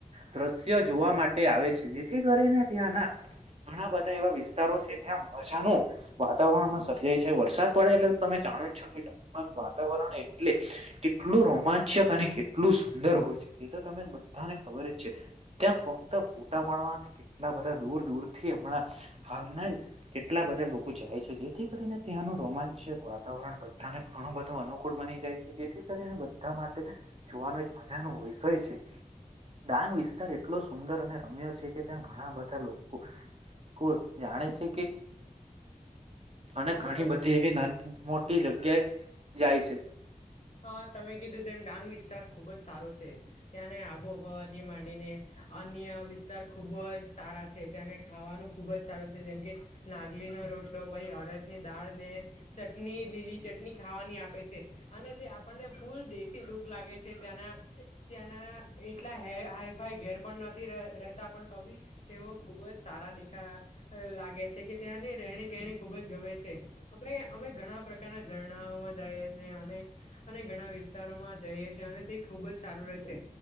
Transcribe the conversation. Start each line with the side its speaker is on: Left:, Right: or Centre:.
Right: દ્રશ્ય જોવા માટે આવે છે જેથી કરી ને ત્યાં ના ઘણા બધા એવા વિસ્તારો છે જ્યાં મજાનું વાતાવરણમાં સર્જાય છે વરસાદ પડે એટલે તમે જાનો છો <unintelligible> વાત વાતાવરણ એટલે કેટલું રોમાંચક અને કેટલું સુંદર હોય છે તે તો તમે બધાને ખબર ત્યાં ફક્ત ફોટા પાડવાના કેટલા બધા દૂર દૂર થી હમણાં હાલના કેટલા બધા લોકો જાય છે જેથી કરીને ત્યાંનું રોમાંચક વા વાતાવરણ બધાને ધણું અનુકૂળ બની જાય છે જેથી કરીને બધા માટે જોવાનો એક મજાનો વિષય છે. ડાંગ વિસ્તાર એટલો સુંદર અને રમ્ય છે. કે ત્યાં ઘણા બધા લોકો ખૂબ જાણે છે કે અને
Left: હા.
Right: ઘણી બધી એવી નાની મોટી જગ્યાએ જાય છે
Left: હા તમે કીધું તેમ ડાંગ વિસ્તાર. ખુબ જ સારો છે ત્યાંને આબોહવાથી માંડીને અન્ય વિસ્તાર ખુબ જ સા રા છે ત્યાનું ખાવાનું ખુબ જ સારું છે જેમ કે નાગલી રોટલો પછી અડદ ની દાળ ને ચટણી, લીલી ચટણી ખાવાની આપે છે અને તે આપ અને ફૂલ દેશી લુક લાગે છે ત્યાંના ત્યાંના એટલા હ હાઈ ફાઈ ઘેર પણ ન રહેતા પણ તો બી તેઓ ખુબ જ સારા દેખા લાગે છે કે ત્યાંની રહેણી ખુબ જ ગમે છે આપણે અમે ઘણા પ્રકારના ઝરણાં જાય છે અને અને ઘણા વિસ્તારોમાં જઈએ છે અને તે ખુબ જ સારું રહેશે